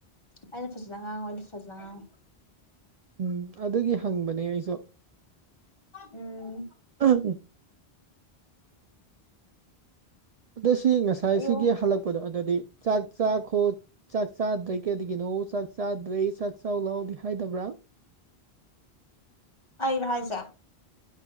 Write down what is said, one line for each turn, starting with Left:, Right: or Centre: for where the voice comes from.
Left: ꯑꯩꯅ ꯐꯖꯅ ꯉꯥꯡꯉꯨ ꯑꯩꯗꯤ ꯐꯖꯅ ꯉꯥꯡꯉꯨ
Right: ꯎꯝ ꯑꯗꯨꯒꯤ ꯍꯪꯕꯅꯦ ꯑꯩꯁꯨ
Left: ꯎꯝ
Right: ꯎꯝ ꯎꯝ ꯑꯗꯨ ꯁꯤ ꯉꯁꯥꯏꯁꯤꯒꯤ
Left: ꯑꯌꯣ
Right: ꯍꯜꯂꯛꯄꯗꯣ ꯑꯗꯨꯗꯤ ꯆꯥꯛ ꯆꯥꯈꯣ ꯆꯥꯛ ꯆꯥꯗ꯭ꯔꯦ ꯀꯩꯔꯤꯒꯤꯅꯣ ꯆꯥꯛ ꯆꯥꯗ꯭ꯔꯦ ꯆꯥꯛ ꯆ ꯂꯥꯎꯗꯦ ꯍꯥꯏꯗꯕ꯭ꯔꯥ
Left: ꯑꯩꯔꯣ ꯍꯥꯏꯁꯦ